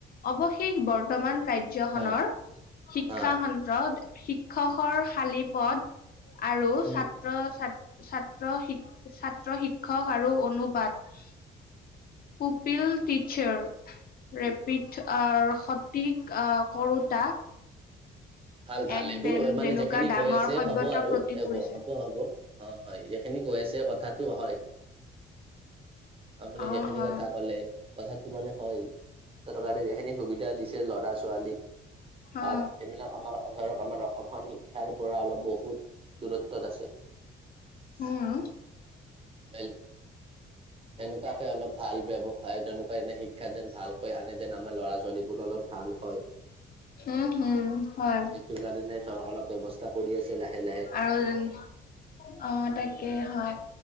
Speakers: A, on the left; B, on the right.
A: অৱশেষ বৰ্তমান ৰাইড জ্যখনৰ
B: হয়
A: শিক্ষা
B: হা
A: সন্ত্ৰ শিক্ষকৰ খালী পদ আৰু
B: উম
A: ছাত্ৰ ছাত ছাত্ৰ শিক ছাত্ৰ শিক্ষক আৰু অনুপাত কোপিল টিচাৰ ৰেপিড আ, সঠিক আ, কৰোতা
B: ভাল ভাল
A: এক
B: এইবোৰ
A: দেন
B: অ', মানে
A: যেনেকুৱা
B: যেখেনি
A: ডাঙৰ
B: হৈ আছে
A: সভ্যতাৰ
B: হ'ব আৰু
A: প্ৰতীক
B: <unintelligible>
A: পৰিছে
B: হ'ব হ'ব। অ', হয় যেখিনি কৈ আছে কথাটো হয়। আপুনি
A: অ
B: যেখিনি
A: হয়
B: কথা ক'লে কথাটো মানে হয় চৰকাৰে যেখিনি সুবিধা দিছে ল'ৰা ছোৱালীক ভাল
A: অ
B: এইবিলাক আমাৰ ধৰক আমাৰ অসমখন শিক্ষাৰ পৰা অলপ বহুত দূৰত্বত আছে। <unintelligible>
A: উম
B: এনোকুৱাকে অলপ ভাল বেব হয় তেনেকুৱা এনে শিক্ষা যেন ভালকৈ আনে যেন আমাৰ ল'ৰা ছোৱালীবোৰ অলপ ভাল হয়।
A: উম, হম হয়।
B: <unintelligible> ধৰ অলপ ব্যৱচ স্থা কৰি আছে লাহে লাহে
A: <unintelligible> অ', তাকে
B: উম
A: হয়